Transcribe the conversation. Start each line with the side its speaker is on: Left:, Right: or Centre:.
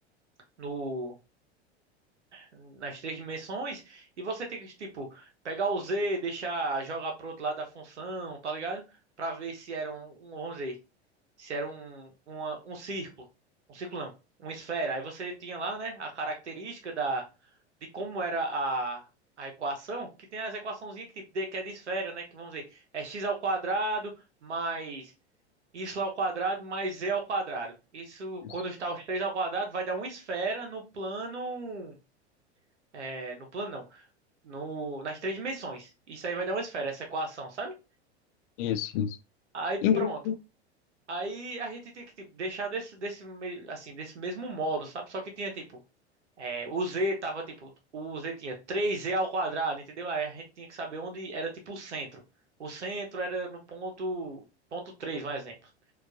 Right: no, nas três dimensões. E você tem que, tipo, pegar o Z, deixar, jogar pro outro lado da função, tá ligado? Pra ver se era um, um, vamos dizer, se era um, uma- um círculo, um círculo não, uma esfera. Aí você tinha lá, né, a característica da, de como era a, a equação, que tem as equaçãozinhas que, tipo, de- que é de esfera, né, que vamos dizer, é x ao quadrado mais y ao quadrado mais z ao quadrado. Isso,
Left: Isso.
Right: quando está os três ao quadrado, vai dar uma esfera no plano... É, no plano não, no, nas três dimensões. Isso aí vai dar uma esfera, essa equação, sabe?
Left: Isso, isso.
Right: Aí
Left: E-
Right: pronto. Aí a gente tinha que tipo, deixar desse, desse, me- assim, desse mesmo modo, sabe? Só que tinha tipo. É, o Z tava tipo. O Z tinha três z ao quadrado, entendeu? Aí a gente tinha que saber onde era tipo o centro. O centro era no ponto. Ponto 3, um exemplo.